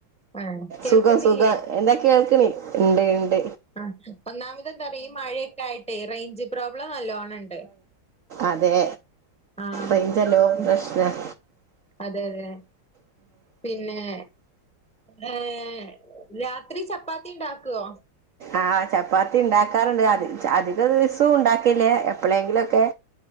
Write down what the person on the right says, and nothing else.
സുഖം സുഖം എന്തൊക്കെ കേൾക്ക് ണ്ട് ണ്ട്
അതെ.
റേഞ്ചല്ലോ
പ്രശ്നം
ആ ചപ്പാത്തി ഉണ്ടാക്കാറുണ്ട് അ അധിക ദിവസവും ഉണ്ടാക്കലില്ല എപ്പോളെങ്കിലുംക്കെ